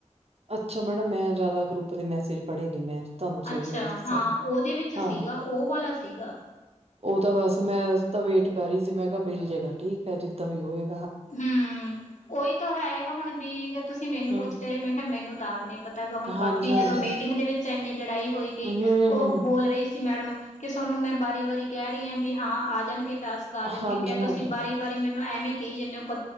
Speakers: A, on the right; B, on the left.
A: ਅੱਛਾ। ਮੈਡਮ ਮੈਂ ਜ਼ਿਆਦਾ ਗਰੁੱਪ ਦੇ ਮੈਸੇਜ ਪੜ੍ਹੇ ਨੀ ਮੈਂ ਤੁਹਾਨੂੰ
B: ਅੱਛਾ
A: ਸਹੀ ਗੱਲ ਦੱਸ।
B: ਹਾਂ ਉਹਦੇ ਵਿੱਚ ਸੀਗਾ
A: ਹਾਂ,
B: ਉਹ ਵਾਲਾ ਸੀਗਾ
A: ਉਹ ਤਾਂ ਬਸ ਮੈਂ ਤਾਂ ਵੇਟ ਕਰੀ ਸੀ। ਮੈਂ ਕਿਹਾ ਮਿਲ ਜੇਗਾ, ਠੀਕ ਹੈ ਜਿੱਦਾਂ ਵੀ ਹੋਏ
B: ਹਮ, ਉਓਹੀ ਤਾਂ ਹੈਗਾ। ਹੁਣ ਬੀਕ ਤੁਸੀਂ ਮੈਨੂੰ
A: ਹੂੰ
B: ਪੁੱਛ ਰਹੇ, ਮੈਂ ਕਿਹਾ- ਮੈਨੂੰ ਤਾਂ ਆਪ ਨਹੀਂ ਪਤਾ। ਹੁਣ ਬਾਕੀ
A: ਹਾਂਜੀ-ਹਾਂਜੀ।
B: ਜਦੋਂ ਮੀਟਿੰਗ ਦੇ ਵਿੱਚ ਇੰਨੀ ਲੜਾਈ ਹੋਏਗੀ।
A: ਹੂੰ-ਹੂੰ
B: ਉਹ ਬੋਲ ਰਹੀ ਸੀ। ਮੈਡਮ ਕਿ ਤੁਹਾਨੂੰ ਮੈਂ ਬਾਰੀ ਵਾਰੀ ਕਹਿ ਰਹੀ ਹਾਂ ਵੀ ਹੈ। ਆ ਜਾਣਗੇ ਟਾਸਕ, ਆ ਜਾਣਗੇ,
A: ਹਾਂਜੀ-ਹਾਂਜੀ
B: ਕ ਤੁਸੀਂ ਵਾਰੀ ਵਾਰੀ ਮੇਨ ਨਾ ਐਵੀ ਕਿਹੀ ਜਾਂਦੇ